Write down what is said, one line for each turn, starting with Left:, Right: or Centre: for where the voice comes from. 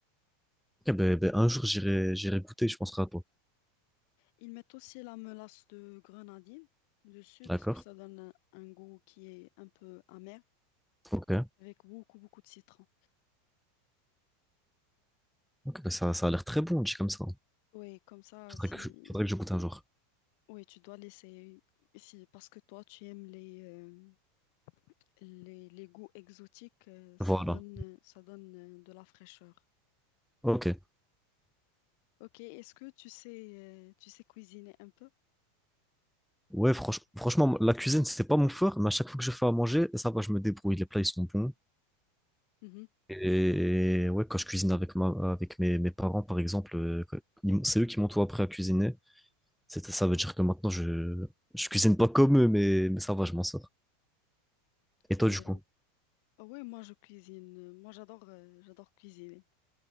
Centre: Eh ben, ben, un jour, j'irai, j'irai goûter, je penserai à toi.
Left: Ils mettent aussi la mélasse de grenadine dessus parce
Centre: D'accord?
Left: que ça donne un, un goût qui est un peu amer
Centre: Ok.
Left: avec beaucoup, beaucoup de citron.
Centre: Ok, ben, ça, ça a l'air très bon, dit comme ça.
Left: Oui, comme ça,
Centre: Faudrait
Left: si...
Centre: que, je- faudrait que je goûte un jour.
Left: Oui, tu dois laisser... Si, parce que toi, tu aimes les, euh, les, les goûts exotiques, euh, ça
Centre: Voilà.
Left: donne, ça donne euh, de la fraîcheur.
Centre: Ok.
Left: Ok, est-ce que tu sais, euh, tu sais cuisiner un peu?
Centre: Ouais, franch- franchement, la cuisine, c'est pas mon fort, mais à chaque fois que je fais à manger, ça va, je me débrouille. Les plats, ils sont bons.
Left: Mhm.
Centre: Et ouais, quand je cuisine avec ma, avec mes, mes parents, par exemple, euh, que- ils m- c'est eux qui m'ont tout appris à cuisiner. C'est- Ça veut dire que maintenant, je, je cuisine pas comme eux, mais, mais ça va, je m'en sors. Et toi,
Left: Euh,
Centre: du coup?
Left: Ah oui, moi je cuisine. Moi j'adore euh, j'adore cuisiner.